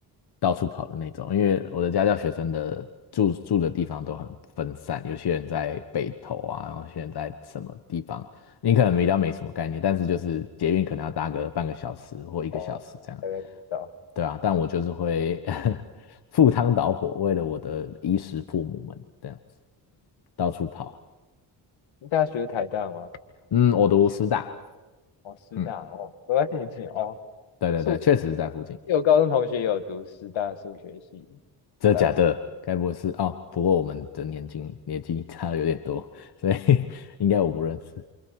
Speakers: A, on the left (about 55°); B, on the left (about 75°).
A: 到处跑的那种，因为我的家教学生的住住的地方都很分散，有些人在北投啊，然后有些人在什么地方，你可能比较没什么概念，但是就是捷运可能要搭个半个小时或一个小时这样，
B: 哦，大概知道。
A: 对啊，但我就是会 <laughs> 赴汤蹈火，为了我的衣食父母们这样子到处跑，
B: 你大学是台大吗？
A: 嗯，我读师大，
B: 哦，师大哦，
A: 嗯，
B: 都在附近哦。
A: 对对对，
B: 数，
A: 确实是在附近。
B: 有高中同学有读师大数学系，
A: 真的假的？
B: 但哦，
A: 该不会是哦？不过我们的年纪年纪差的有点多，所以 <laughs> 应该我不认识。